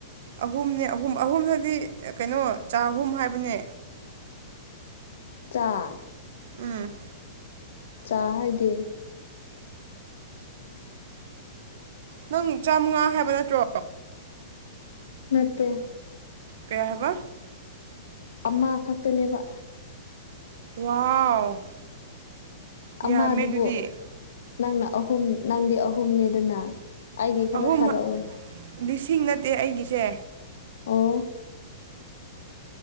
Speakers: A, on the right; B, on the left.
A: ꯑꯍꯨꯝꯅꯦ ꯑꯍꯨꯝ ꯑꯍꯨꯝꯍꯥꯘꯗꯤ ꯀꯩꯅꯣ ꯆꯥꯍꯨꯝ ꯍꯥꯏꯕꯅꯦ
B: ꯆꯥ
A: ꯎꯝ
B: ꯆꯥ ꯍꯥꯏꯗꯤ
A: ꯅꯪ ꯆꯥꯃꯉꯥ ꯍꯥꯏꯕ ꯅꯠꯇ꯭ꯔꯣ
B: ꯅꯠꯇꯦ
A: ꯀꯩ ꯍꯥꯏꯕ
B: ꯑꯃ ꯈꯛꯇꯅꯦꯕ
A: ꯋꯥꯎ ꯌꯥꯝꯃꯦ
B: ꯑꯃꯗꯨꯕꯨ
A: ꯑꯗꯨꯗꯤ
B: ꯅꯪꯅ ꯑꯍꯨꯝ ꯅꯪꯗꯤ ꯑꯍꯨꯝꯅꯦꯗꯅ ꯑꯩꯒꯤ ꯈꯔ
A: ꯑꯍꯨꯝ
B: ꯊꯥꯔꯛꯑꯣ
A: ꯂꯤꯁꯤꯡ ꯅꯠꯇꯦ ꯑꯩꯒꯤꯁꯦ
B: ꯑꯣ